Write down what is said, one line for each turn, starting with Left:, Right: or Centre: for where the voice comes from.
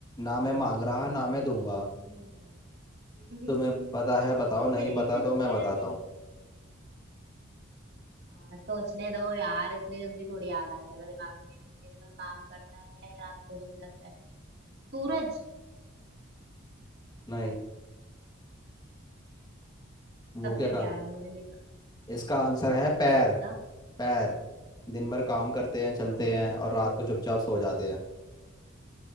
Left: ना मैं मांग रहा ना मैं दूंगा
Right: नहीं नहीं
Left: तुम्हें
Right: <laughs>
Left: पता है बताओ नहीं
Right: नहीं
Left: पता
Right: दूंगा
Left: तो मैं बताता
Right: नहीं
Left: हूँ
Right: दूंगा। आ, सोचने दो यार इतनी जल्दी थोड़ी याद आ जाएगा दिमाग में दिन भर काम करता है रात को सो जाता है सूरज
Left: नहीं वो
Right: तब
Left: क्या
Right: फिर
Left: कहा
Right: क्या है मुझे नहीं पता
Left: इसका आंसर है पैर
Right: बता
Left: पैर दिन भर काम करते हैं चलते
Right: आ,
Left: हैं और रात को चुपचाप सो जाते हैं